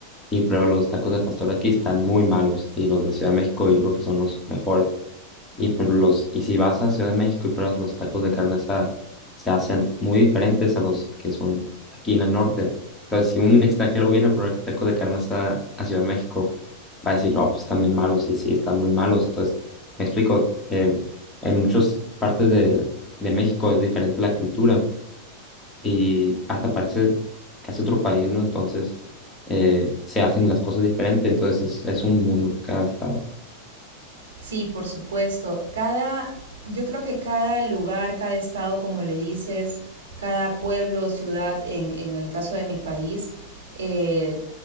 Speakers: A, on the left (about 15°); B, on the right (about 65°).
A: y prueba los tacos de pastor de aquí, están muy malos y los de Ciudad de México yo creo que son los mejores. Y, por ejemplo, los, y si vas a Ciudad de México y pruebas los tacos de carne asada, se hacen muy diferentes a los que son aquí en el norte. Entonces, si un extranjero viene a probar tacos de carne asada a Ciudad de México, va a decir, oh, pues están bien malos, y sí, están muy malos. Entonces, me explico, eh, en muchas partes de, de México es diferente la cultura y hasta parece casi otro país, ¿no? Entonces, eh, se hacen las cosas diferentes, entonces es, es un mundo cada estado.
B: Sí, por supuesto. Cada, yo creo que cada lugar, cada estado, como le dices, cada pueblo, ciudad, en, en el caso de mi país, eh,